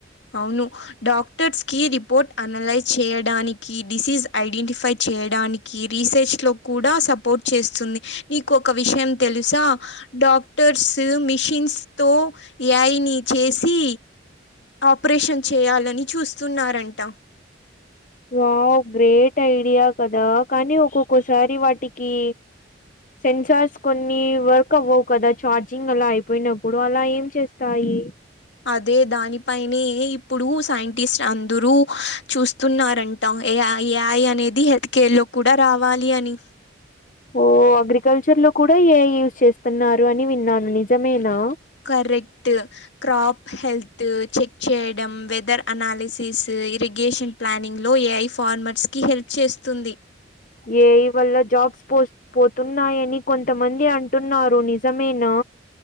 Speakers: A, on the left (about 65°); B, on the left (about 40°).
A: అవును డాక్టర్స్ కి రిపోర్ట్ అనలైజ్ చేయడానికి డిసీస్ ఐడెంటిఫై చేయడానికి కి రీసెర్చ్ లో కూడా సపోర్ట్ చేస్తుంది నీకు ఒక విషయం తెలుసా డాక్టర్స్ మిషిన్స్ తో ఏ ఐ నీ చేసి ఆపరేషన్ చేయాలని చూస్తున్నారంట
B: వావ్ గ్రేట్ ఐడియా కదా కానీ ఒక్కొక్కసారి వాటికి సెన్సార్స్ కొన్ని వర్క్ అవ్వవు కదా ఛార్జింగ్ అలా అయిపోయినప్పుడు అలా ఏం చేస్ తాయి
A: అదే దానిపైనే ఇప్పుడు సైంటిస్ట్ అందరూ చూస్తున్నారం టా ఏఐ ఏఐ అనేది హెల్త్ కేర్ లో కూడా రావాలి అని
B: ఓ అగ్రికల్చర్ లో కూడా ఏఐ యూజ్ చేస్తున్నారు అని విన్నాను నిజమేనా
A: కరెక్ట్ క్రాప్ హెల్త్ చెక్ చేయడం వెదర్ అనాలిసిస్, ఇరిగేషన్ ప్లానింగ్లో ఏఐ ఫార్మర్స్ కి హెల్ప్ చేస్తుంది
B: ఏ ఐ వల్ల జాబ్స్ పోస్ పోతున్నాయని కొంతమంది అంటున్నారు నిజమేనా